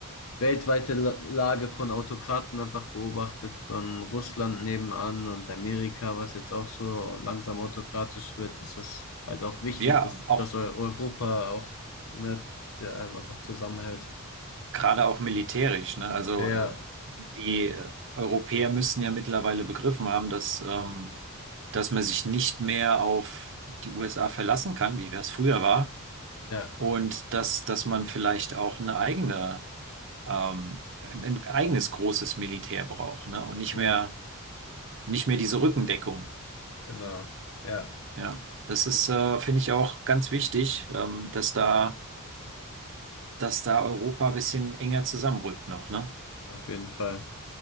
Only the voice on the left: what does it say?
weltweite La- Lage von Autokraten einfach beobachtet, von Russland nebenan und Amerika, was jetzt auch so langsam autokratisch wird, ist das halt auch wichtig,
dass,
dass Eu- Europa auch ne, sehr einfach zusammenhält.
Ja,
ja,
ja,
genau. Ja,
genau,
auf jeden Fall.